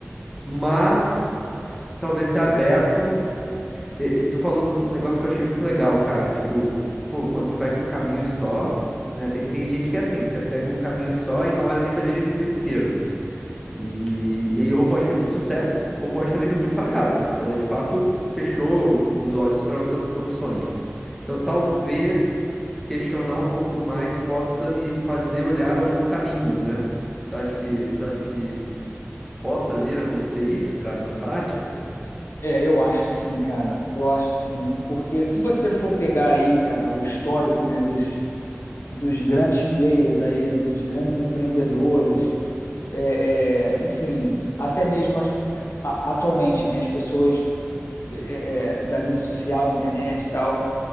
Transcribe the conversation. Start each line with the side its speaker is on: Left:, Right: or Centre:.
Centre: Mas talvez ser aberto e- e Tu falou do negócio que eu achei muito legal, cara. Tipo, pô, quando tu pega um caminho só, né? Tem, tem gente que é assim, tu pega um caminho só e não olha nem pra direita nem pra esquerda. E, e aí, ou pode ter muito sucesso, ou pode também ter muito fracasso, né? Porque ela de fato fechou os olhos para outras opções. Então, talvez questionar um pouco mais possa me fazer olhar outros caminhos, né? Tu acha que, tu acha que possa vir a acontecer isso, cara, na prática?
Left: É, eu acho sim, cara. Eu acho sim. Porque se você for pegar aí, cara, o histórico, né, dos, dos grandes players aí, dos grandes empreendedores, é, é, enfim, até mesmo as- a- atualmente, né, as pessoas é, é, da mídia social, internet e tal,